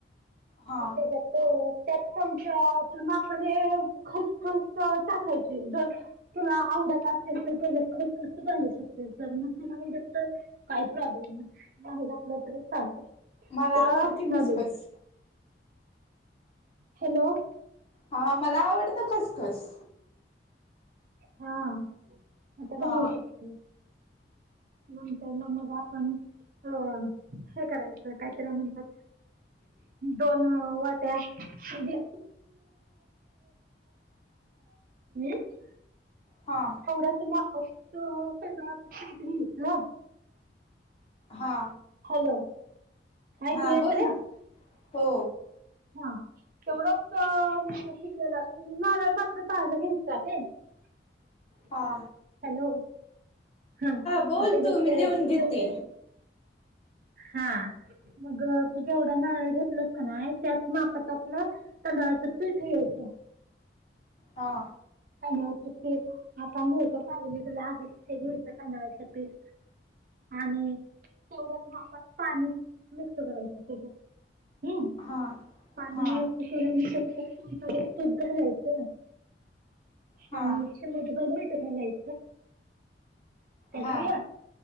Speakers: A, on the left (about 35°); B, on the right (about 50°).
A: हा
B: मग त्याच्यात तर त्याच चमच्याच्या मापणे खसखस टाकायची जर तुला आवडत असेल तर तो खूप शकते जर न तर काही प्रॉब्लेम नाही नाही घातलं तर चालते. ते
A: मला
B: का
A: आवडती
B: हसुन
A: खसखस
B: राह्यले हॅलो.
A: हा मला आवडतं खसखस.
B: हा मता
A: हा
B: घालू शकते. नंतर ना मग आपण अ हे करायचं काहीतरी म्हणतात दोन वाट्या म्हणे <unintelligible>
A: हा.
B: तेवढाच मा <unintelligible> घेतलं.
A: हा.
B: हॅलो. ऐकू
A: हा
B: येतंय?
A: बोल ना हो.
B: हा तेवढच शिकलेला माारळ मात्र ताज घ्यायतात आहे. <inaudible>
A: हा.
B: हॅलो हा
A: बोल
B: ते ज
A: तू मी
B: तु
A: लिहून घेते
B: जेवढ हा मग तू जेवढ नारळ घेतलंस का ना त्यात मग आपत आपलं तांदळाच पिठ घ्यायच.
A: हा.
B: तांदळाच पीठ आपण घेतो ते अवेलेबल आहे तांदळाचं पीठ आणि थोड्यात मापात पाणी मिक्स करायचं त्याच्यात. हम्
A: हा
B: पाणी
A: हा
B: पसवल्यामुळे सगतूध घालायचं.
A: हा
B: आणि शे म तुला भेट झालायच त्या झालं.
A: हा